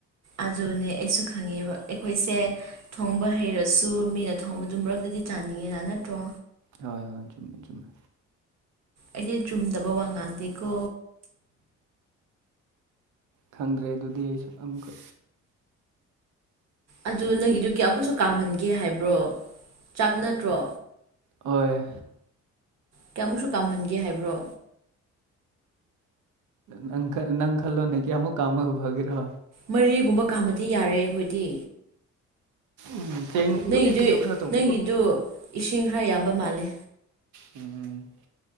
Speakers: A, on the right; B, on the right.
A: ꯑꯗꯨꯅꯦ ꯑꯩꯁꯨ ꯈꯪꯉꯦꯕ ꯑꯦꯈꯣꯏꯁꯦ
B: ꯎꯝ
A: ꯊꯣꯡꯕ ꯍꯩꯔ ꯁꯨ ꯃꯤꯅ ꯊꯣꯡꯕꯗꯨ ꯃꯔꯛꯇꯗꯤ ꯆꯥꯅꯤꯡꯉꯦꯅꯥ ꯅꯠꯇ꯭ꯔꯣ
B: ꯍꯣꯏ ꯍꯣꯏ ꯆꯨꯝꯃꯦ ꯆꯨꯝꯃꯦ
A: ꯑꯩꯗꯤ ꯆꯨꯝꯗꯕ ꯋꯥ ꯉꯥꯡꯗꯦꯀꯣ
B: ꯈꯪꯗ꯭ꯔꯦ ꯗꯨꯗꯤ ꯑꯩꯁꯨ ꯑꯃꯨꯛꯀ
A: ꯑꯗꯨ ꯅꯪꯒꯤꯗꯨ ꯀꯌꯥꯃꯨꯛꯁꯨ ꯀꯥꯝꯍꯟꯒꯦ ꯍꯥꯏꯕ꯭ꯔꯣ ꯆꯥꯛ ꯅꯠꯇ꯭ꯔꯣ
B: ꯑꯣꯏ
A: ꯀꯌꯥꯃꯨꯛꯁꯨ ꯀꯥꯝꯍꯟꯒꯦ ꯍꯥꯏꯕ꯭ꯔꯣ
B: ꯅꯪ ꯈ ꯅꯪ ꯈꯜꯂꯣꯅꯦ ꯀꯌꯥꯃꯨꯛ ꯀꯥꯝꯃꯒ ꯐꯒꯦꯔꯣ
A: ꯃꯔꯤꯒꯨꯝꯕ ꯀꯥꯝꯃꯗꯤ ꯌꯥꯔꯦ ꯑꯩꯈꯣꯏꯗꯤ
B: ꯎꯝ ꯆꯦꯡꯗꯨ
A: ꯅꯣꯏꯒꯤꯗꯨꯏ
B: ꯀꯩꯅꯣ ꯈꯔ ꯇꯧꯕꯀꯣ
A: ꯅꯪꯒꯤꯗꯨ ꯏꯁꯤꯡ ꯈꯔ ꯌꯥꯝꯕ ꯃꯥꯜꯂꯦ
B: ꯎꯍꯨꯝ